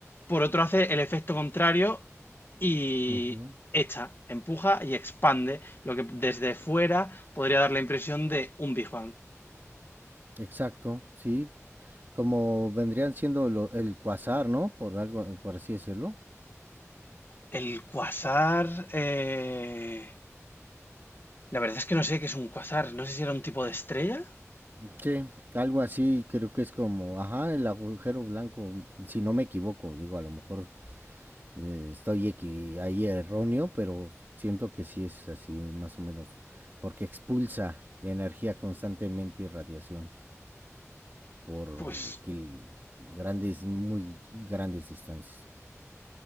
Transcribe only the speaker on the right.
uh -huh,
Exacto, sí. Como vendrían siendo lo, el cuasar, ¿no? Por algo, por así decirlo.
Sí, algo así, creo que es como, ajá, el agujero blanco, si no me equivoco, digo, a lo mejor eh, estoy equi- ahí erróneo, pero siento que sí es así, más o menos, porque expulsa energía constantemente y radiación por
kil- grandes, muy grandes distancias.